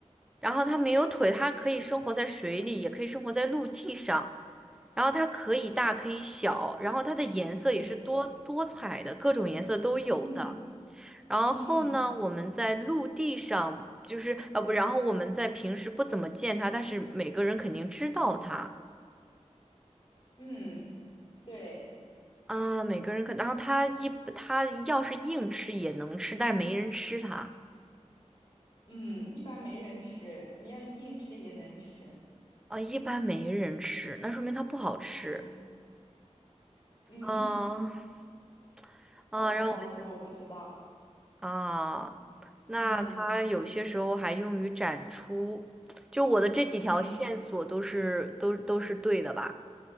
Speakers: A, in the centre; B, on the left.
A: 然后它没有腿，它可以生活在水里，也可以生活在陆地上，然后它可以大可以小，然后它的颜色也是多多彩的，
B: 嗯
A: 各种颜色都有的。
B: 嗯
A: 然后呢，
B: 嗯
A: 我们在陆地上就是呃不，然后我们在平时不怎么见它，但是每个人肯定知道它。
B: 嗯，对，
A: 啊，每个人可，然后他一他要是硬吃也能吃，但是没人吃它
B: 嗯，一般没人吃，你要硬吃也能吃，
A: 啊，一般没人吃，那说明它不好吃。
B: 嗯嗯嗯，
A: 啊 <laughs> 啊，
B: 好不好吃我不知道，
A: 让我想啊，那它有些时候还用于展出，
B: 嗯
A: 就我的这几条线索都是都都是对的吧？
B: 嗯，